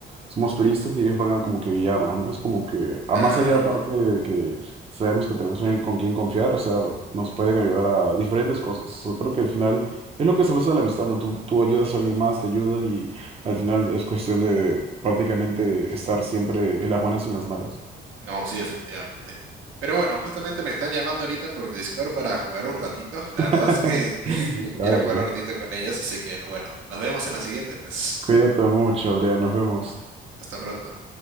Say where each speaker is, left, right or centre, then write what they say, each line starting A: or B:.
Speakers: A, on the right; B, on the right.
A: somos turistas y ellos van a como que guiarnos, ¿no? Es como que,
B: Claro.
A: a más allá aparte de que sabemos que tenemos alguien con quien confiar, o sea, nos pueden ayudar a diferentes cosas. Yo creo que al final es lo que se basa en la amistad, ¿no? Tú, tú ayudas a alguien más, te ayudan y al final es cuestión de prácticamente estar siempre en las buenas y en las malas.
B: No, sí, efectivamente. Pero bueno, justamente me están llamando ahorita por Discord para jugar un ratito. La verdad
A: <laughs>
B: es que <laughs>
A: Dale.
B: quiero jugar un ratito con ellas, así que no, bueno, nos vemos en la siguiente, pues.
A: Cuídate mucho, Adrián. Nos vemos.
B: Hasta pronto.